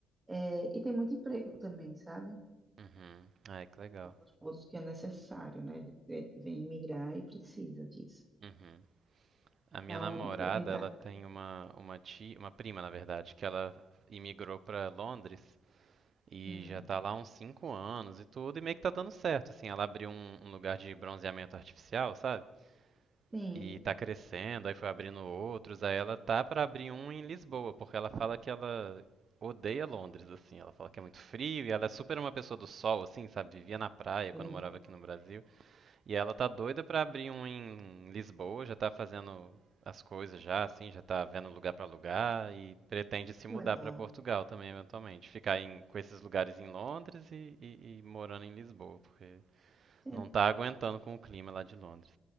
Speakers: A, on the right (about 20°); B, on the right (about 55°).
A: É, e tem muito emprego também, sabe?
B: Uhum. Ai, que legal.
A: É um dos pontos que é necessário, né? Ve- Vem migrar e precisa disso.
B: Uhum. A
A: Então,
B: minha namorada,
A: eu vim para.
B: ela tem uma uma tia, uma prima, na verdade, que ela imigrou pra Londres e
A: Hum,
B: já tá lá há uns 5 anos e tudo, e meio que tá dando certo, assim, ela abriu um, um lugar de bronzeamento artificial, sabe?
A: sim,
B: E tá crescendo, aí foi abrindo outros, aí ela tá pra abrir um em Lisboa, porque ela fala que ela odeia Londres, assim, ela fala que é muito frio e ela é super uma pessoa do sol, assim, sabe? Vivia na praia
A: sim,
B: quando morava aqui no Brasil. E ela tá doida pra abrir um em Lisboa, já tá fazendo as coisas já, assim, já tá vendo lugar pra lugar e pretende se
A: que
B: mudar
A: legal.
B: pra Portugal também, eventualmente. Ficar em- com esses lugares em Londres e, e- e morando em Lisboa, porque
A: Sim,
B: não tá aguentando com o clima lá de Londres.